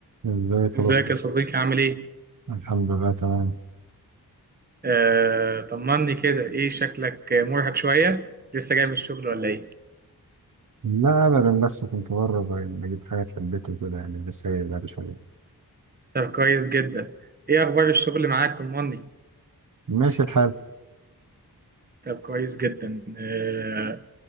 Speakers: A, on the right; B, on the right.
A: ازيك
B: ازيك
A: يا بطل
B: يا صديقي عامل ايه؟
A: الحمد لله تمام
B: آه، طمني كده ايه شكلك مرهق شوية لسه جاي من الشغل ولا ايه؟
A: لا ابدا بس كنت بره ب- بجيب حاجات للبيت وكده يعني لسه جاي بقالي شويه
B: طب كويس جدا ايه اخبار الشغل معاك طمني
A: ماشي الحال
B: طب كويس جدا آه،